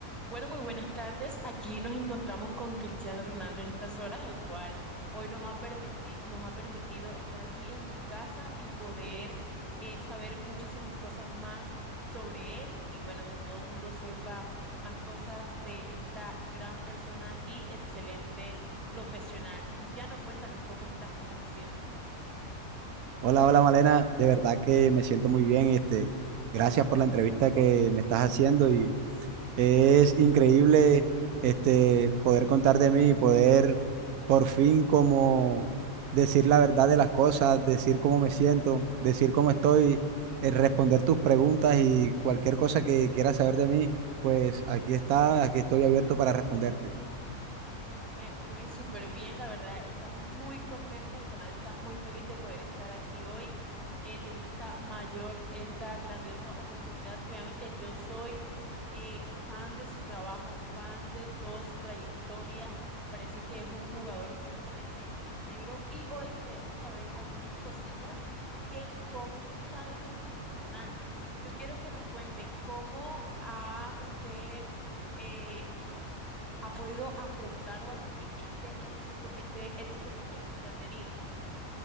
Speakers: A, in the centre; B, on the right.
A: Bueno, muy buenas tardes. Aquí nos encontramos con Cristiano Ronaldo en estas horas, el cual hoy nos ha permiti- nos ha permitido estar aquí en su casa y poder eh, saber muchísimas cosas más sobre él y bueno, que todo el mundo sepa más cosas de esta gran persona y excelente profesional. Cristiano, cuéntanos, ¿cómo estás? ¿Cómo te sientes?
B: Hola, hola Malena, de verdad que me siento muy bien, este, gracias por la entrevista que me estás haciendo y es increíble este poder contar de mí y poder por fin como decir la verdad de las cosas, decir cómo me siento, decir cómo estoy, eh, responder tus preguntas y cualquier cosa que quieras saber de mí, pues aquí está, aquí estoy abierto para responderte.
A: Me fue fue súper bien, la verdad, estamos muy contentos, el canal está muy feliz de poder estar aquí hoy, eh, teniendo esta mayor, esta grandiosa oportunidad. Créame que yo soy eh, fan de su trabajo, fan de toda su trayectoria, me parece que es un jugador completamente íntegro y hoy queremos saber algunas cositas que pocos saben de Cristiano Ronaldo. Yo quiero que nos cuente cómo a usted... eh, ha podido afrontar o asumir este éxito, este éxito mundial que usted ha tenido.